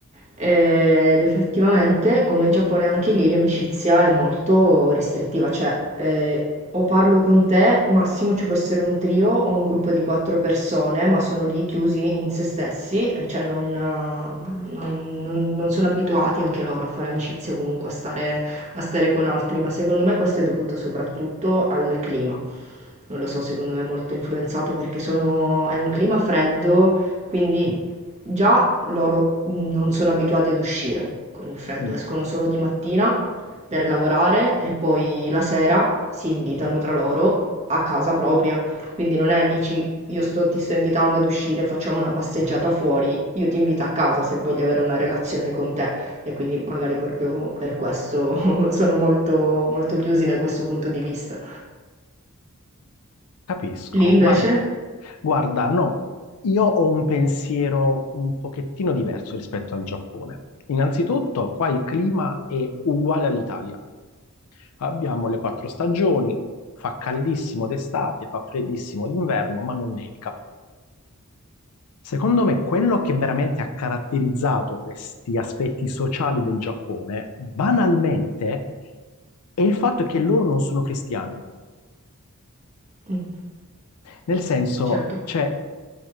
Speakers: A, on the right; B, on the left.
A: Ed effettivamente, come in Giappone, anche lì l'amicizia è molto restrittiva, cioè eh, o parlo con te, massimo ci può essere un trio o un gruppo di quattro persone, ma sono lì chiusi in se stessi, e cioè non, non, non- non sono abituati anche loro a fare amicizia, comunque a stare, a stare con altri, ma secondo me questo è dovuto soprattutto al clima. Non lo so, secondo me è molto influenzato perché sono- è un clima freddo, quindi
B: mm,
A: già loro non sono abituati ad uscire con il freddo,
B: mm.
A: escono solo di mattina per lavorare e poi la sera si invitano tra loro a casa propria. Quindi non è, dici, io sto- ti sto invitando ad uscire, facciamo una passeggiata fuori, io ti invito a casa se voglio avere una relazione con te. E quindi magari proprio per questo <laughs> sono molto, molto chiusi da questo punto di vista.
B: Capisco.
A: Lì invece?
B: Guarda, guarda, no, io ho un pensiero un pochettino diverso rispetto al Giappone. Innanzitutto, qua il clima è uguale all'Italia. Abbiamo le quattro stagioni, fa caldissimo d'estate, fa freddissimo d'inverno, ma non nevica. Secondo me, quello che veramente ha caratterizzato questi aspetti sociali del Giappone, banalmente, è il fatto che loro non sono cristiani.
A: Mm,
B: Nel senso,
A: Certo.
B: c'è